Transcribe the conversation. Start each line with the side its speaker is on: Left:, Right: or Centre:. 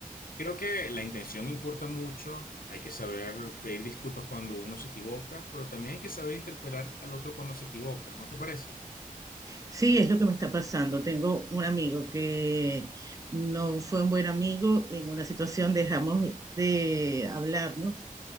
Left: Creo que la intención importa mucho, hay que saber pedir disculpas cuando uno se equivoca, pero también hay que saber interpelar al otro cuando se equivoca, ¿no te parece?
Right: Sí, es lo que me está pasando. Tengo un amigo que no fue un buen amigo, en una situación dejamos de hablarnos